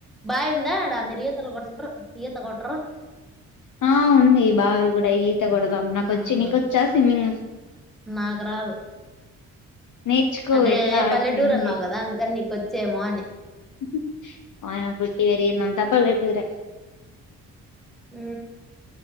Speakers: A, in the centre; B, on the left.
A: బాయి ఉందా ఆడా మీరు ఇతలూ కొటిండ్రు ఈత కొట్రరు
B: ఆ ఉంది బావి కూడా ఈత కొడదాం నాకు
A: ఉమ్,
B: వచ్చు నీకొచ్చా స్విమ్మింగ్
A: నాకు రాదు
B: నేర్చుకో
A: అంటే
B: ఎట్లా
A: పల్లెటూరు
B: స్విమ్మింగ్
A: అన్నావు కదా అందుకని నీకు వచ్చేమోని
B: <unintelligible> అయన పుట్టి పెరిగింనంతా పళ్ళటూరే
A: మ్